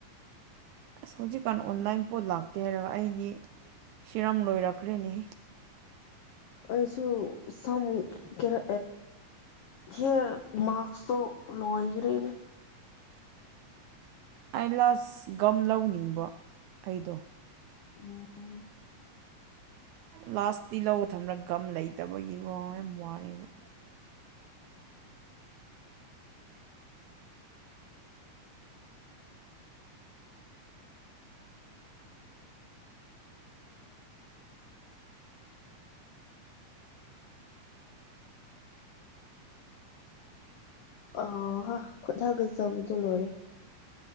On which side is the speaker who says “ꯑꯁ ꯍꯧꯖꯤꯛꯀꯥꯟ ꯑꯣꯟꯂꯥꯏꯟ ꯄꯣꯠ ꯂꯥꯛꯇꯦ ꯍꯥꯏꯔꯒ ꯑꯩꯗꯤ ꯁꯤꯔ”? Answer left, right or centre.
Right